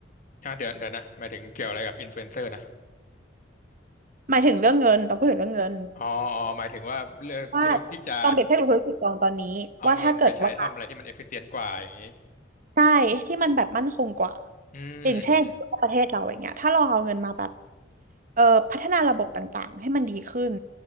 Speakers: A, on the left (about 45°); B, on the right (about 45°).
A: อ่ะเดี๋ยวเดี๋ยวนะหมายถึงเกี่ยวอะไรกับอินฟลูเอนเซอร์นะ
B: หมายถึงเรื่องเงินต้องพูดถึงเรื่องเงิน
A: อ๋ออ๋อหมายถึงว่าเลือกเลือกที่จะ
B: ว่าลองเปรียบเทียบกับธุรกิจกองตอนนี้ว่าถ้าเกิดว่า
A: เอาเงินไปใช้ทำอะไรที่มันเอฟฟิเชนต์กว่าอย่างนี้
B: ใช่ที่มันแบบมั่นคงกว่า
A: อืมอืม
B: อย่างเช่นสมมุติว่าประเทศเราอย่างเงี้ยถ้าเราเอาเงินมาแบบเอ่อพัฒนาระบบต่างๆให้มันดีขึ้น